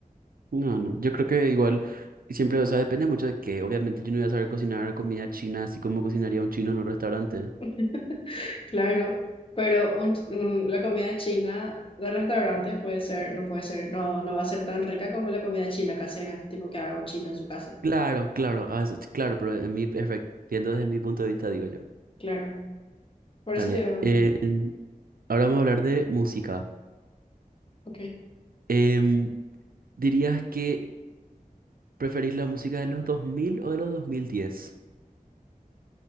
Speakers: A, on the right; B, on the left.
A: No, no, yo creo que igual siempre, o sea, depende mucho de que obviamente yo no voy a saber cocinar comida china así como cocinaría un chino en un restaurante.
B: <laughs> Claro, pero un- un- la comida china de restaurante puede ser, no puede ser, no, no va a ser tan rica como la comida china casera, tipo que haga un chino en su casa.
A: Claro, claro, ah, eso- claro, pero en mi, efe- viendo desde mi punto de vista, digo yo.
B: Claro, por
A: Dale,
B: eso te digo,
A: eh, en- ahora vamos a hablar de música.
B: ok,
A: Em, ¿dirías que preferís la música de los 2000 o de los 2010?